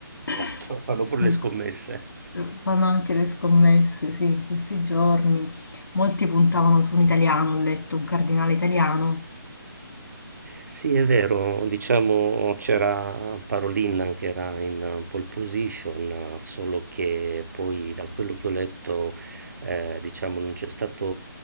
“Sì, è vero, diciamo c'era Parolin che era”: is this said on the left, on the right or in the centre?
Right